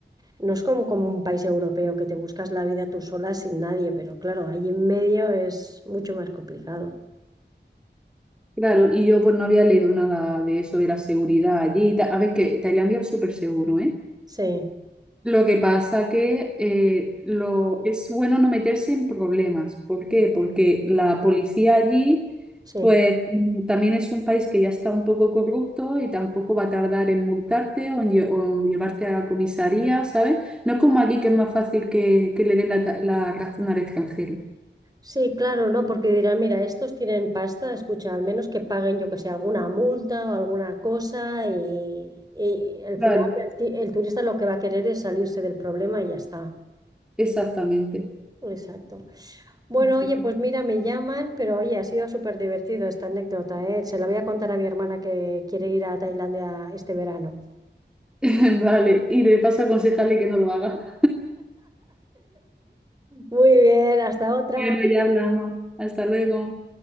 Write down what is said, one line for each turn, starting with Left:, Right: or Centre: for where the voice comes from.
Right: no es como, como un país europeo que te buscas la vida tú sola sin nadie, pero claro, allí en medio es mucho más complicado.
Centre: Claro, y yo pues no había leído nada de eso de la seguridad allí. y ta- A ver, que Tailandia es súper seguro, ¿eh?
Right: Sí,
Centre: Lo que pasa que eh, lo, es bueno no meterse en problemas. ¿Por qué? Porque la policía allí,
Right: sí.
Centre: pues mm, también es un país que ya está un poco corrupto y tampoco va a tardar en multarte o en, lle- o en llevarte a la comisaría, ¿sabes? No es como aquí que es más fácil que, que le den la, ta- la razón al extranjero.
Right: Sí, claro, ¿no? Porque dirán, mira, estos tienen pasta, escucha, al menos que paguen, yo que sé, alguna multa o alguna cosa y, y al
Centre: Claro,
Right: final el, ti- el turista lo que va a querer es salirse del problema y ya está.
Centre: exactamente.
Right: Exacto. Bueno,
Centre: Así
Right: oye,
Centre: que,
Right: pues mira, me llaman, pero oye, ha sido súper divertido esta anécdota, ¿eh? Se la voy a contar a mi hermana que quiere ir a Tailandia este verano.
Centre: <laughs> vale, y le paso a aconsejarle que no lo haga.
Right: Muy bien, hasta otra.
Centre: Bueno, ya hablamos. Hasta luego.